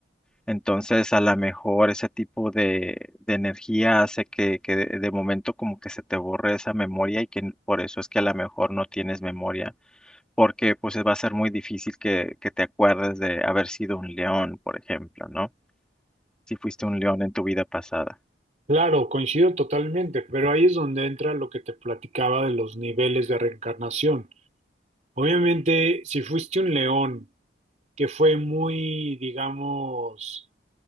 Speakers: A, in the centre; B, on the right.
A: Entonces, a lo mejor ese tipo de, de energía hace que, que de, de momento como que se te borre esa memoria y que n- por eso es que a lo mejor no tienes memoria, porque pues va a ser muy difícil que, que te acuerdes de haber sido un león, por ejemplo, ¿no? Si fuiste un león en tu vida pasada.
B: Claro, coincido totalmente, pero ahí es donde entra lo que te platicaba de los niveles de reencarnación. Obviamente, si fuiste un león que fue muy, digamos,